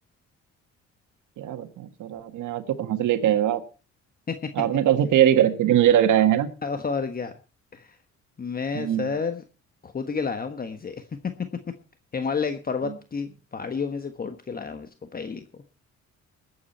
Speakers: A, on the right; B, on the left.
A: क्या बताऊं सर आपने आज तो कहाँ से लेके आए हो आप
B: <laughs>
A: आपने कब से तैयारी कर रखी थी मुझे लग रहा है है ना
B: और क्या मैं
A: हम्म
B: सर खोद के लाया हूँ कहीं से <laughs> हिमालय के पर्वत
A: हम्म,
B: की
A: हम्म।
B: पहाड़ियों में से खोद के लाया हूँ इसको पहेली को